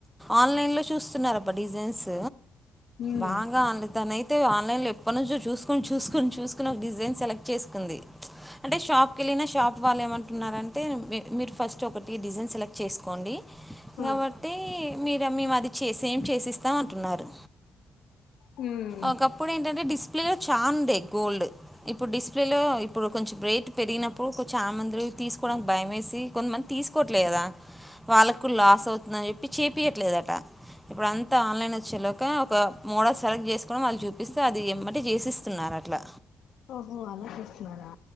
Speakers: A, in the centre; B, on the left (about 70°).
A: ఆన్లైన్లో చూస్తున్నారుబ డిజైన్స్
B: హ్మ్
A: బగా అలిత నైట్ అయితే ఆన్లైన్ లో ఎప్పటి నుంచో చూసుకొని చూసుకొని చూసుకుని ఒక డిజైన్ సెలెక్ట్ చేసుకుంది అంటే షాప్కి వెళ్ళిన షాప్ వాళ్ళు ఏమంటున్నారుారంటే మీరు ఫస్ట్ ఒకటి డిజైన్ సెలెక్ట్ చేసుకోండి కాబట్టి
B: ఆ
A: మీరు మేము అది చేసే ఏం చేసిస్తాం అంటున్నారు
B: హ్మ్
A: ఒకప్పుడు ఏంటంటే డిస్ డిస్ప్లేలో చఛా ఉండే గోల్డ్ ఇప్పుడు డిస్ప్లేలో ఇప్పుడు కొంచెం బ్రేట్ పెరిగినప్పుడు చా మందిలు తీసుకోవడానికి భయ వేసి కొంతమంది తీసుకోవట్లేదు కదా వాళ్ళకు లాస్ అవుతుందని చెప్పి చేపయట్లేదుట ఇప్పుడు అంతా ఆన్లైన్ వచ్చేలాక ఒక మోడల్ సెలెక్ట్ చేసు వాళ్ళు చూపిస్తే అది ఏమంటే చేసిస్తున్నారు అట్లా
B: ఓహో అలా చేస్తున్నారా